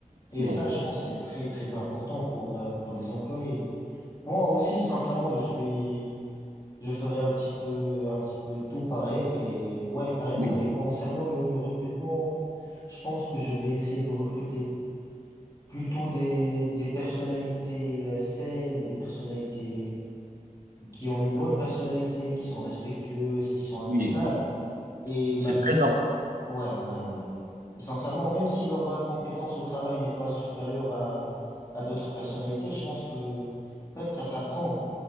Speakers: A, on the left; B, on the right.
A: Et
B: Bon.
A: ça, je pense, c'est très, très important pour, euh, pour des employés. Moi aussi, sincèrement, je suis, je ferai un petit peu, un petit peu tout pareil et ouais, carrément.
B: Oui,
A: Et concernant le, le recrutement, je pense que je vais essayer de recruter plutôt des, des personnalités euh, saines et des personnalités qui ont une bonne personnalité, qui sont respectueuses, qui sont amicales.
B: oui,
A: Et malgré
B: c'est très im
A: Ouais, ouais, ouais, ouais. Et sincèrement, même si leur euh, compétence au travail n'est pas supérieure à, à d'autres personnalités, je pense que, en fait, ça s'apprend.